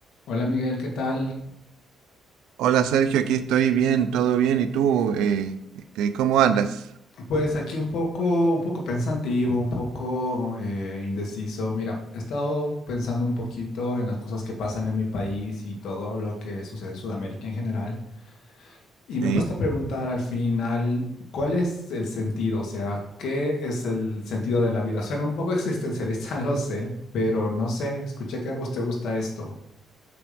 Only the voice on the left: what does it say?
Hola Miguel, ¿qué tal?
Pues aquí un poco, un poco pensativo, un poco eh, indeciso. Mira, he estado pensando un poquito en las cosas que pasan en mi país y todo lo que sucede en Sudamérica en general. Y me
he puesto a preguntar al final, ¿cuál es el sentido? O sea, ¿qué es el sentido de la vida? Suena un poco existencialista, <laughs> lo sé, pero no sé, escuché que a vos te gusta esto.